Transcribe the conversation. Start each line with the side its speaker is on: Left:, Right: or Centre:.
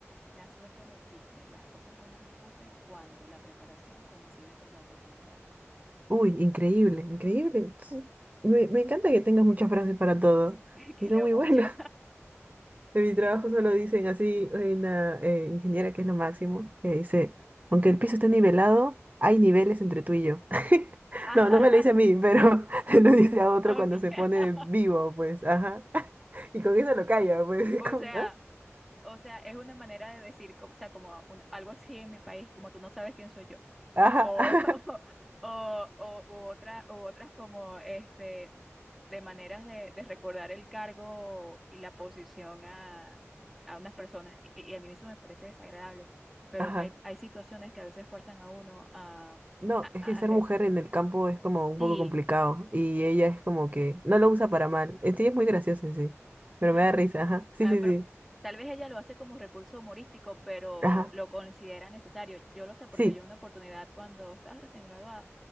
Centre: la suerte no existe, las cosas buenas ocurren cuando la preparación coincide con la oportunidad.
Right: Uy, increíble, increíble. Entonces, Me, me encanta que tengas muchas frases para todo
Centre: <laughs> Que
Right: y son
Centre: leo
Right: muy
Centre: mucho.
Right: buenas.
Centre: <laughs>
Right: <laughs> En mi trabajo solo dicen así, hay una eh, ingeniera que es lo máximo, que dice, aunque el piso esté nivelado, hay niveles entre tú y yo. <laughs>
Centre: Ajá,
Right: No, no me lo dice a mí, pero <laughs> se lo dice a otro
Centre: Ok.
Right: cuando
Centre: <laughs>
Right: se pone de vivo, pues, ajá. Y con eso lo calla, pues. <laughs> es
Centre: O
Right: como,
Centre: sea,
Right: ¿ah?
Centre: o sea, es una manera de decir, co- o sea, como un- algo así en mi país, como tú no sabes quién soy yo.
Right: Ajá,
Centre: O,
Right: <laughs>
Centre: <laughs>
Right: ajá,
Centre: o, o, o otra, o otras como este. de maneras de, de recordar el cargo y la posición a, a unas personas. Y, y a mí eso me parece desagradable, pero
Right: ajá.
Centre: hay, hay situaciones que a veces fuerzan a uno a...
Right: No,
Centre: a-
Right: es
Centre: a
Right: que ser
Centre: a re-
Right: mujer en el campo es como un
Centre: sí,
Right: poco complicado. Y ella es como que no lo usa para mal. En sí es muy gracioso en sí. Pero
Centre: <laughs>
Right: me da risa, ajá. Sí,
Centre: Ah,
Right: sí,
Centre: pero
Right: sí.
Centre: tal vez ella lo hace como recurso humorístico, pero
Right: Ajá.
Centre: lo considera necesario. Yo lo sé porque
Right: Sí.
Centre: yo una oportunidad cuando estaba recién graduada,